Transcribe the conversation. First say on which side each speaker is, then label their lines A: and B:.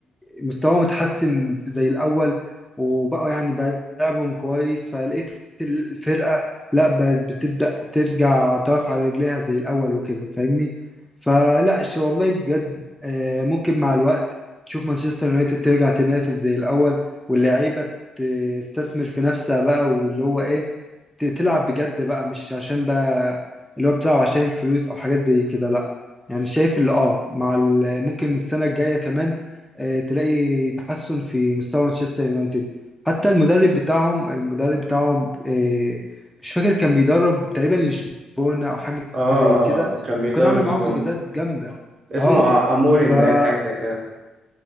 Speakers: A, in the centre; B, on the right.
A: مستواهم متحسن زي الأول وبقوا يعني بيلعبهم كويس فلقيت الفرقة لا بقت بتبدأ ترجع تقف على رجليها زي الأول وكده فاهمني فلا ش- والله بجد آه ممكن مع الوقت تشوف مانشستر يونايتد ترجع تنافس زي الأول واللعيبة تستثمر في نفسها بقى واللي هو ايه ت- تلعب بجد بقى مش عشان بقى اللي هو بتلعب عشان الفلوس او حاجات زي كده لا يعني شايف اللي اه مع ال- ممكن السنة الجاية كمان آه، تلاقي تحسن في مستوى مانشستر يونايتد حتى المدرب بتاعهم المدرب بتاعهم آه، مش فاكر كان بيدرب تقريبا لشبونة او حاجة
B: آه
A: زي كده
B: آه كان بيدرب
A: وكان عامل
B: لشبونة
A: معاهم انجازات جامدة
B: اسمه
A: اه
B: أ- أموري
A: فا
B: مبين حاجة زي كده